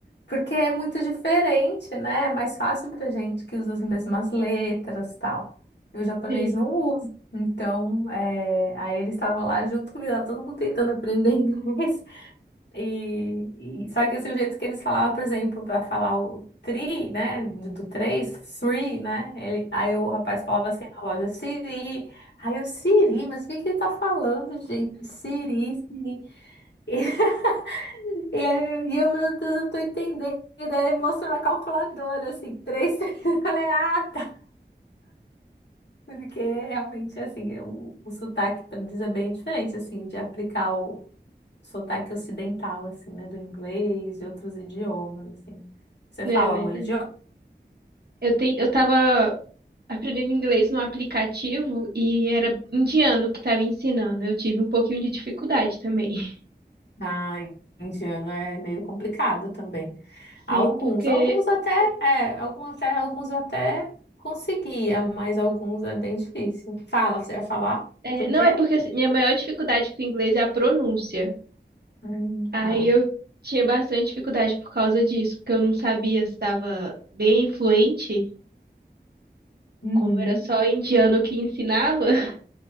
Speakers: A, on the left; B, on the right.
A: Porque é muito diferente, né? É mais fácil pra gente que usa as mesmas letras tal. E o japonês
B: Sim.
A: não usa. Então, é, aí eles estavam lá junto comigo, lá todo mundo tentando aprender <laughs> inglês. E, e- só que assim, o jeito que eles falavam, por exemplo, para falar o tri, né, do, do três, three, né, ele, aí o rapaz falava assim na loja, Siri, aí eu, Siri, mas o que que ele tá falando, gente? Siri, Siri. <laughs> E, aí eu, e eu, meu Deus, eu não tô entendendo. E daí ele mostrou na calculadora, assim, três, três, <laughs> eu falei, ah, tá. Porque realmente, assim, o, o sotaque diz é bem diferente, assim, de aplicar o sotaque ocidental, assim, né? Do inglês e outros idiomas, assim. Você
B: É
A: fala
B: verdade.
A: algum idioma?
B: Eu, te, eu tava aprendendo inglês no aplicativo e era indiano que tava ensinando. Eu tive um pouquinho de dificuldade também. <laughs>
A: Ah, indiano é meio complicado também.
B: Sim,
A: Alguns,
B: porque.
A: alguns até, é, algum até, alguns eu até conseguia, mas alguns é bem difícil. Fala, você ia falar?
B: é,
A: Por
B: não,
A: quê?
B: é porque assim, minha maior dificuldade com o inglês é a pronúncia.
A: Hum,
B: Aí
A: tá.
B: eu tinha bastante dificuldade por causa disso, porque eu não sabia se estava bem fluente,
A: Uhum.
B: como era só indiano que ensinava. <laughs>